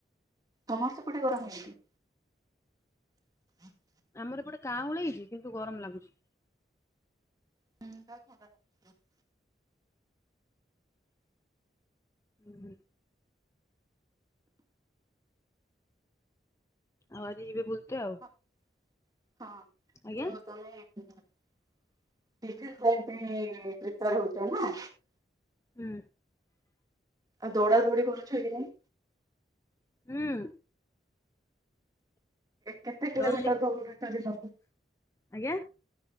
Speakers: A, on the right; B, on the left.
A: ତମର ସେପଟେ ଗରମ କେମିତି? <inaudible>
B: ଆମର ଏପଟେ କାଉଁଳେଇଛି କିନ୍ତୁ ଗରମ ଲାଗୁଛି।
A: <unintelligible>
B: ହୁଁ ହୁଁ। ଆଉ ଆଜି ଏବେ ବୁଲତେ ଆଉ।
A: ହଁ ତ
B: ଆଜ୍ଞା
A: ତମେ <unintelligible> ହଉଛ ନା
B: ହୁଁ।
A: ଆଉ ଦୌଡ଼ା ଦୌଡି କରୁଛ କି ନାଇଁ?
B: ହୁଁ।
A: କେତେ କିଲୋମିଟର
B: ରନି
A: ଦଉଡୁଛନ୍ତି ସବୁ?
B: ଆଜ୍ଞା